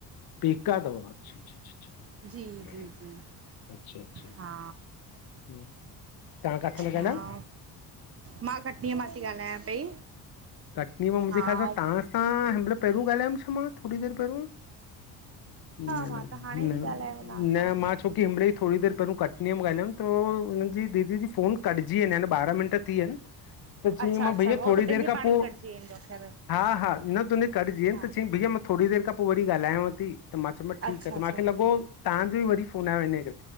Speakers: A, on the left; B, on the right.
A: पेका थव अच्छा अच्छा अच्छा।
B: जी जी
A: बढ़िया।
B: जी,
A: अच्छा अच्छा
B: हा।
A: हम्म तां काथे ता ॻाल्हायो।
B: हा मां कटनीअ मां थी ॻाल्हायां पई।
A: कटनी मां मुंहिंजे
B: हा
A: ख़्याल सां
B: ऐं
A: तां सां हिन महिल पहिरियों ॻाल्हाायमि छा मां थोरी देरि पहिरियों। न
B: मां
A: न
B: त हाणे थी
A: न
B: ॻाल्हायांव तव्हां सां
A: न मां छो छोकी हिन महिल थोरी दरि पहिरों कटनीअ मा ॻाल्हायउं त हुननि दीदी जी फ़ोन कटज़ी वयन ॿारह मिंट थी वयन त चयईं
B: अच्छा
A: मा
B: अच्छा
A: भईया
B: हो
A: थोरी
B: त पंहिंजे
A: देरि खां
B: पाण
A: पो
B: ई कटिजी वेंदो ख़ैर
A: हा हा न त कटजी वयन
B: हा
A: त चयईं भईया मा थोरी देरि खां पोइ वरी ॻाल्हायांव थी त मा चयो मास ठीकु
B: अच्छा
A: आहे त
B: अच्छा
A: मूंखे लॻो तव्हांजो ई वरी फोन आयो हिन करे